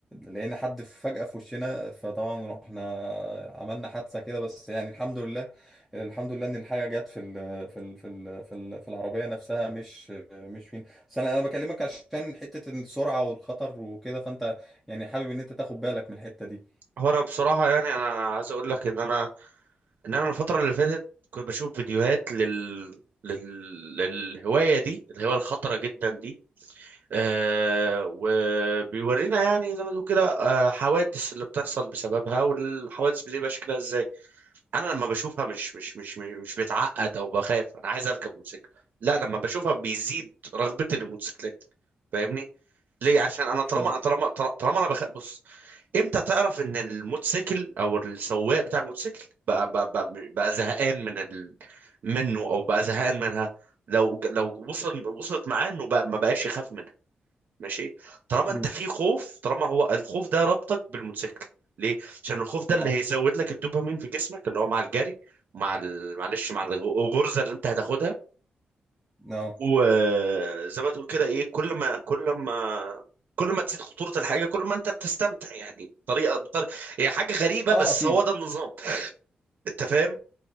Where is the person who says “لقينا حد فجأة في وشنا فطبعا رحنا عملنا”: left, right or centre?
Centre